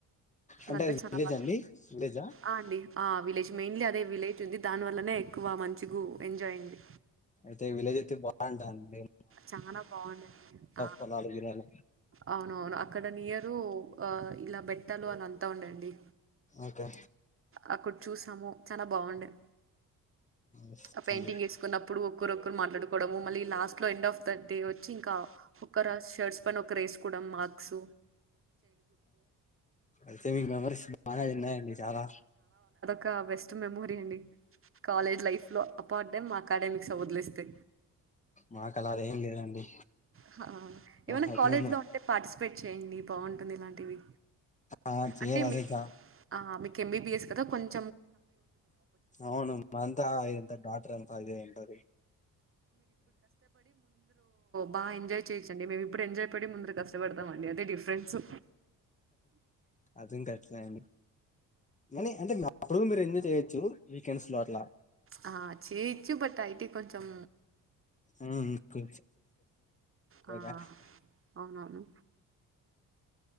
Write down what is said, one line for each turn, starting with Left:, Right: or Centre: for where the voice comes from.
Left: అంటే
Right: అంత
Left: అది
Right: చ
Left: విలేజ్
Right: బా
Left: అండి విలేజా
Right: అండి ఆ విలేజ్ మెయిన్లీ అదే విలేజ్ ఉంది దాని వల్లనే ఎక్కువ మంచిగు ఎంజాయ్ అయింది
Left: అయితే విలేజ్ అయితే బాగుంటాదండీ
Right: చానా బాగుంది ఆ
Left: పొలాలు గిలాలు
Right: అవునవును అక్కడ నియరు ఆ ఇలా బెట్ పట్టలు అని అంతా ఉండండి
Left: ఓకే
Right: ఆ కు చూసాము చాలా బాగుండే
Left: నైస్
Right: ఆ పెయింటింగ్
Left: అండి
Right: వేసుకున్నప్పుడు ఒకొక్కరు మాట్లాడుకోవడం మళ్ళీ లాస్ట్ అట్లో ఎండ్ ఆఫ్ ద డే వచ్చి ఇంకా ఒకక్క షర్ట్స్ పని ఒకరుేసుకోవడం మాార్క్స్
Left: అయితే మీకు మెమరీస్ బాగా ఉన్నాయండి చాలా
Right: ఇకా బెస్ట్ మెమోరీ అండి కాలేజ్ లైఫ్ లో అప్పడే మా అకాడమిక్స్ వదిలేస్తే
Left: మాకు అలా ఏం లేదండి
Right: హా ఏమైనా
Left: ఒక
Right: కాలేజ్
Left: మేము-
Right: లో ఉంటే పార్టిసిపేట్ చేయండి బాగుంటుంది ఇలాంటివి
Left: ఆ చేయాలి
Right: అంటే
Left: అదే
Right: మీరు
Left: ఇక
Right: ఆ మీకు ఎంబీబిఎస్ కద కొంచం
Left: అవును అంతా ఇంత డాక్టర్ అంత ఏదైంటాది
Right: బా ఎంజాయ్ చేయచ్చండి మేమ్ ఏప్పుడు ఎంజా య్ పడి ముందరికోస్ పడతామ్ అండి అది డిఫరెన్సు
Left: అది ఇంకా ఎట్లా అండి కానీ అంటే అప్పుడు మీరు ఎంజాయ్ చేయొచ్చు వీకెండ్స్ లో అట్లా
Right: హా చేయిచ్చి బట్ ఐ కొంచం
Left: ఉమ్ కో
Right: ఆ
Left: <unintelligible> <inaudible>
Right: అవునవును